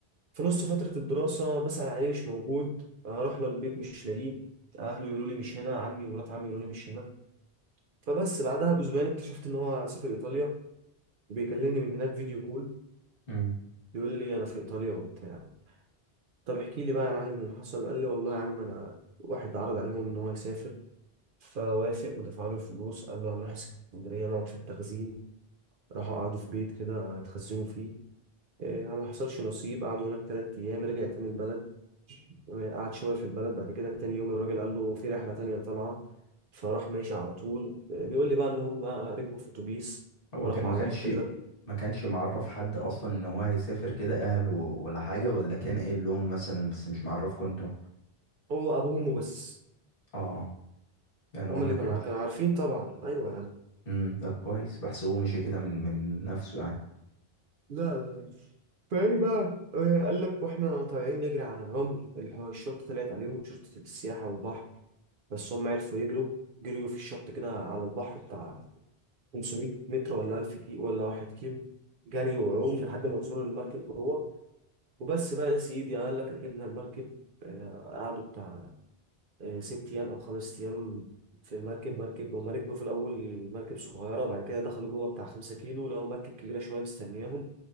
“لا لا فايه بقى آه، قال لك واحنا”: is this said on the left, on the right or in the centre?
Right